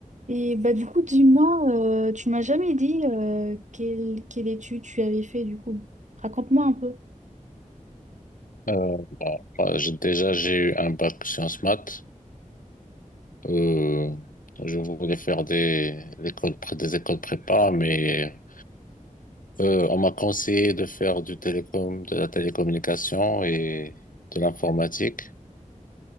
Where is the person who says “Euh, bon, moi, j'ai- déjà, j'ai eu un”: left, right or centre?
Left